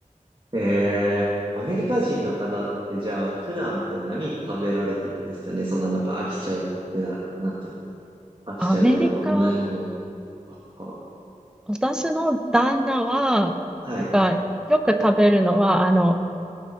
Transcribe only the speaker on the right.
えー、アメリカ人の方ってじゃあ普段って何食べられてるんですかね。そんななんか飽きちゃうってな、なんていうの。飽きちゃうような同じものを
ああ
はい。